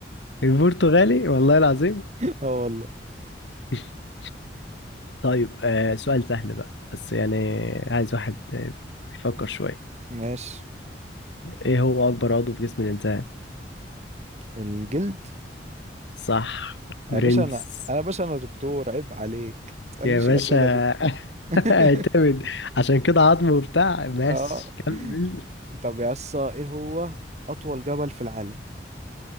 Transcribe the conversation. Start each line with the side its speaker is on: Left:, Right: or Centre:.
Left: البرتغالي والله العظيم
Right: <laughs> اه والله
Left: <laughs> طيب آه سؤال سهل بقى بس يعني عايز واحد آه، بيفكر شوية
Right: ماشي
Left: ايه هو اكبر عضو في جسم الانسان
Right: الجلد
Left: صح برنس
Right: يا باشا انا انا يا باشا انا دكتور عيب عليك ما تسألنيش
Left: يا باشا
Right: الأسئلة دي
Left: <laughs>
Right: <laughs>
Left: اعتمد عشان كده عظمه وبتاع ماشي
Right: اه
Left: كمل
Right: طب يا اسطى ايه هو أطول جبل في العالم